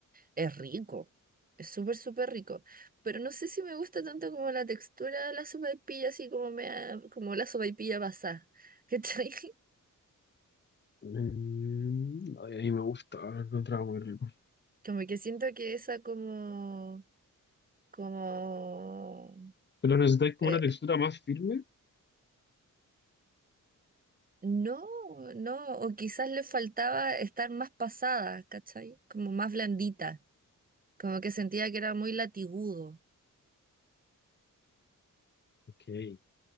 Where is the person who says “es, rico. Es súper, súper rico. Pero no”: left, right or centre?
Right